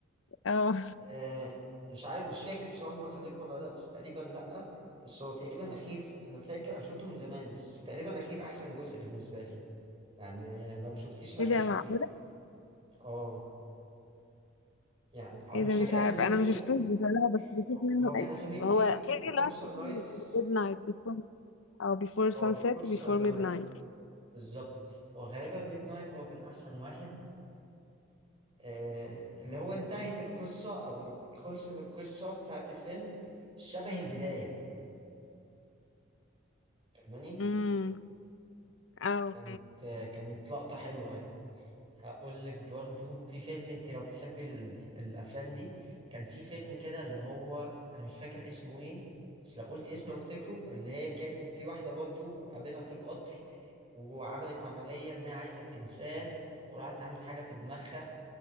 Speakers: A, on the left (about 75°); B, on the right (about 25°).
A: اه
B: آه مش عارف مش فاكر بصراحة هما خلفوا ولا لأ بس تقريبا لأ بس هو تقريبا الأخير أنا فاكر أنا شفته من زمان بس تقريبا الأخير أحسن جزء بالنسبة لي يعني يعني لو ما شفتيش الأخير
A: ايه ده
B: شوفيه
A: معقولة؟
B: اه يعني انا
A: ايه
B: مش
A: ده
B: فاكر
A: مش عارف
B: اساميهم
A: أنا
B: ايه
A: ما شفتوش بصراحة بس بشوف
B: هو
A: منه
B: هو
A: قليل
B: كان اساميهم
A: هو
B: ايه
A: الأخير
B: بيفور
A: اللي هو
B: سان رايز
A: ميد نايت بيفور أو بيفور سانسيت
B: اه بيفور سان
A: وبيفور ميد
B: رايز
A: نايت
B: بالظبط وغالبا ميد نايت هو كان احسن واحد آه اللي هو انتهت القصه او ال- خلصت القصه بتاعت الفيلم شبه البدايه فاهماني
A: امم اه
B: كانت آه كانت لقطه حلوه يعني. هقول لك برضو في فيلم انت لو بتحبي ال... الافلام دي كان في فيلم كده اللي هو انا مش فاكر اسمه ايه بس لو قلت اسمه افتكره اللي هي كان في واحده برضو قابلها في القطر وعملت عمليه انها عايزه تنساه وراحت عملت حاجه في دماغها